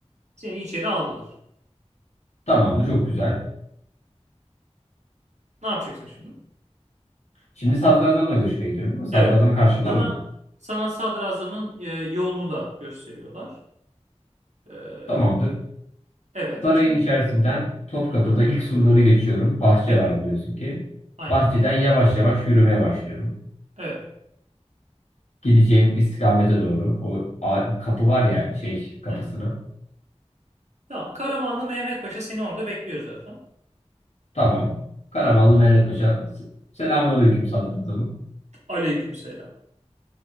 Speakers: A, on the right; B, on the left.
A: Seni içeri aldılar.
B: Tamamdır çok güzel.
A: Ne yapacaksın şimdi?
B: Şimdi sadrazamla görüşmeye gidiyorum değil mi? Sadrazam
A: Evet.
B: karşımda
A: Sana
B: mı?
A: sana sadrazamın e, yolunu da gösteriyorlar. Ee,
B: Tamamdır.
A: evet.
B: Sarayın
A: Şimdi
B: içerisinden Topkapı'da
A: Hı hı.
B: ilk surları geçiyorum. Bahçe
A: Evet.
B: var biliyorsun ki.
A: Aynen.
B: Bahçeden yavaş yavaş yürümeye başlıyorum.
A: Evet.
B: Gideceğim istikamete doğru. O a- kapı var ya şey kapısına.
A: Evet. Tamam. Karamanlı Mehmet Paşa seni orada bekliyor zaten.
B: Tamam. Karamanlı Mehmet Paşa. Selamünaleyküm sadrazamım.
A: Aleykümselam.